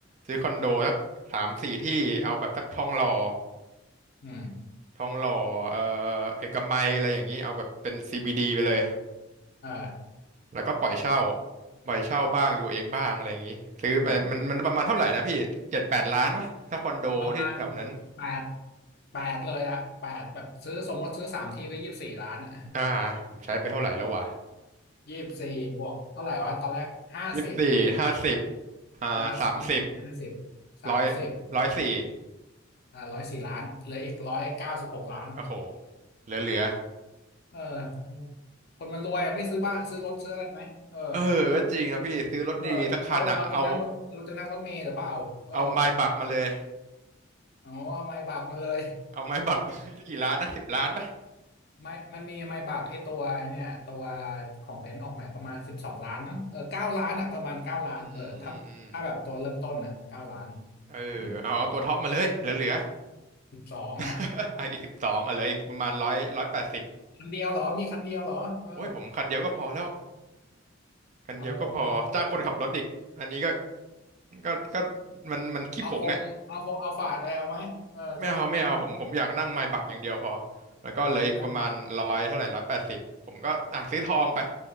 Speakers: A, on the right; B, on the left.
A: ซื้อคอนโดสักสามสี่ที่เอาแบบสักทองหล่อ
B: อืม
A: ทองหล่อเอ่อเอกมัยอะไรอย่างนี้เอาแบบเป็น CBD ไปเลย
B: อ่า
A: แล้วก็ปล่อยเช่าปล่อยเช่าบ้างอยู่เองบ้างอะไรอย่างนี้ ซื้อไปมันมันประมาณเท่าไหร่นะพี่เจ็ดแปดล้านวะถ้าคอนโดที่แถวนั้น
B: อืม ประมาณแปดแปดเลยอะแปดแบบซื้อสมมติซื้อสามทีก็ยี่สิบสี่ล้านอะ
A: อ่าผมใช้ไปเท่าไหร่แล้ววะ
B: <laughs> ยี่สิบสี่บวกเท่าไหร่วะตอนแรกห้าสิบ
A: ยี่สิบสี่ห้าสิบอ่าสามสิบ
B: ห้ายี่สิบสี่ห้าสิบสามสิบ
A: ร้อยร้อยสี่
B: อ่าร้อยสี่ล้านเหลืออีกร้อยเก้าสิบหกล้าน
A: โอ้โหเหลือเหลือ
B: เออคนมันรวยอะไม่ซื้อบ้านซื้อรถซื้ออะไรไหมเออ
A: เออก็จริงนะพี่ ซื้อรถดีสักคันอ่ะ
B: เออเราเราจะนั่งรถเราจะนั่งรถเมล์หรือเปล่าเออ
A: เอาเอาไม้บักมาเลย
B: เอาเอาไม้บากมาเลย
A: เอาไม้บักมาเลย <laughs> กี่ล้านนะสิบล้านปะ
B: ไม่มันมีไมบักไอตัวเนี่ยตัวของเบนซ์ออกใหม่ประมาณสิบสองล้านมั้งเออเก้าล้านอ่ะประมาณเก้าล้านเออถ้าถ้าแบบตัวเริ่มต้นนะเก้าล้าน
A: อืมอืม เออเอาเอาตัวท็อปมาเลยเหลือเหลือ
B: อืมสิบสองอ่ะ
A: <laughs> ไออีกสิบสองอ่ะเหลืออีกประมาณร้อยร้อยแปดสิบ
B: คันเดียวเหรอมีคันเดียวเหรอเออ
A: โอ้ยผมคันเดียวก็พอแล้วคันเดียวก็พอจ้างคนขับรถอีกอันนี้ก็
B: เอา
A: ก็ก็มันมันขี้ผงอ่ะ
B: เอาฟงเอาฟงเอาฝาดอะไรเอาไหมเออจะได้ไม่ต้อง
A: ไม่เอาไม่เอาผมผมอยากนั่งไมบักอย่างเดียวพอแล้วก็เหลืออีกประมาณร้อยเท่าไหร่ร้อยแปดสิบผมก็อ่ะซื้อทองไป
B: หนักนั่งนานก่อน